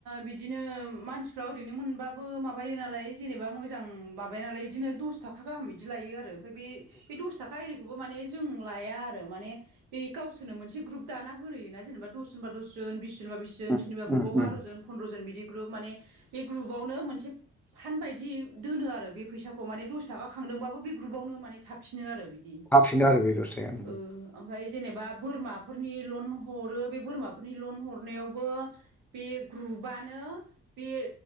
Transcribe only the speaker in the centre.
उम
उम
उम
हाफिनो आरो बे दस थाखाया उम